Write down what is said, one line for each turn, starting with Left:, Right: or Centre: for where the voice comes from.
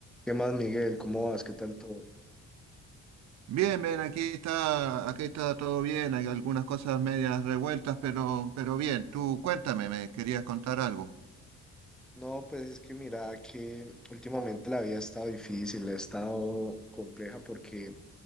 Centre: ¿Qué más, Miguel? ¿Cómo vas? ¿Qué tal todo?
Right: Bien, bien, aquí está, aquí está todo bien, hay algunas cosas medias revueltas, pero, pero bien, tú cuéntame, me querías contar algo.
Centre: No, pues es que mira que últimamente la vida ha estado difícil, ha estado compleja porque